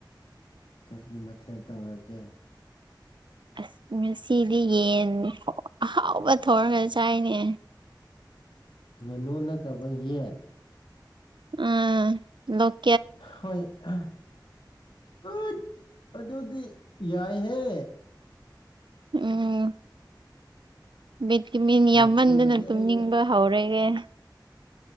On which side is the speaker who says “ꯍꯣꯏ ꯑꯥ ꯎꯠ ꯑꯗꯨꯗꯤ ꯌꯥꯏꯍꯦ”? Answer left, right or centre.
Left